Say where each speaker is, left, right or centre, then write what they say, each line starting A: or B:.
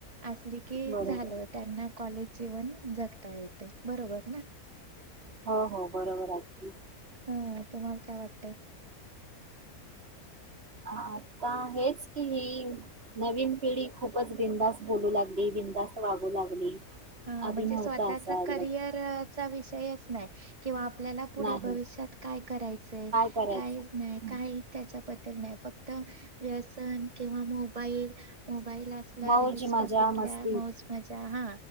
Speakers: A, on the right; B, on the right.
A: असली की
B: बरोबर
A: झालं त्यांना कॉलेज जीवण जगता येते बरोबर ना,
B: हो हो बरोबर आहेदी,
A: हा तुम्हाला काय वाटत?
B: आता हेच की ही नवीन पिढी खूपच बिंदास बोलू लागली. बिनधास्त वागू लागली,
A: हा
B: आधी
A: म्हणजे
B: नव्हता
A: स्वतःचा
B: असा अ
A: करिअरचा विषयच नाही. किंवा आपल्याला पुढे
B: नाही
A: भविष्यात काय करायचंय
B: करायचं
A: काय नाही,
B: हं.
A: काही त्याच्याबद्दल नाही फक्त तर व्यसन, किंवा मोबाईल मोबाईल असला
B: मौज
A: रीलस
B: मजा
A: बघितल्या
B: मस्ती
A: मौज मजा हा